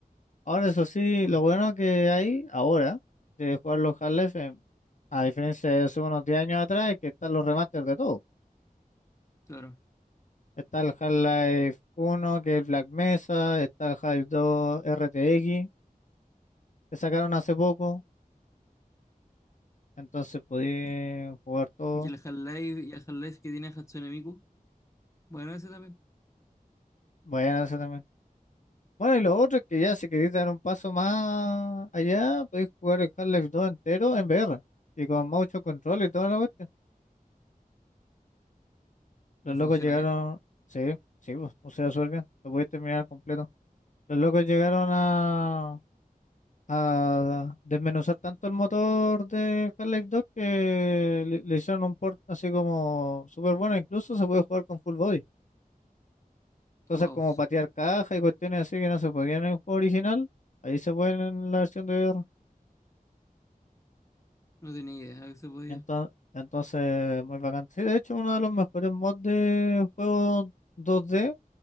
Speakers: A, on the left; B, on the left.
A: Ahora, eso sí,
B: Por,
A: lo bueno que hay ahora de jugar los Harley, a diferencia de hace unos 10 años atrás, es que están los remasters de todo.
B: claro.
A: Está el Half-Life 1, que es el Black Mesa, está el Half-Life 2 RTX, que sacaron hace poco, entonces podí
B: Y,
A: jugar todo.
B: y el Half-Life, y el Half-Life que tiene Hatsune Miku, bueno, ese también.
A: Vayan a ese también. Bueno, y lo otro es que ya si queréis dar un paso más allá, podéis jugar el Half-Life 2 entero en VR y con mucho control y toda la cuestión. Los
B: Y
A: locos
B: funciona
A: llegaron,
B: bien.
A: sí, sí, pues, o sea, súper bien, lo podéis terminar completo. Los locos llegaron a, a desmenuzar tanto el motor del Half-Life 2 que le, le hicieron un port así como súper bueno, incluso se puede jugar con full body, cosas
B: Wow,
A: como patear caja y cuestiones así que no se podían en el juego original, ahí se pueden en la versión de VR.
B: no tenía idea que se podía.
A: Entonces, entonces, muy bacán. Sí, de hecho, uno de los mejores mods de juego dos d